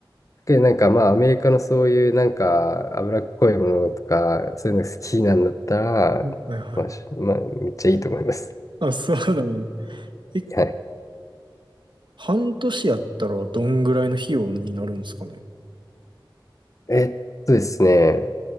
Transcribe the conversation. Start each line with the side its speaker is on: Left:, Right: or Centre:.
Left: で、なんかまあアメリカのそういうなんか脂っこいものとか、そういうの好きなんだったら、
Right: うんはいはい
Left: まあ、しまあ、めっちゃいいと思います。
Right: あ、そうだね。え、
Left: <laughs> はい。
Right: 半年やったらどんぐらいの費用になるんですかね。
Left: えっとですね、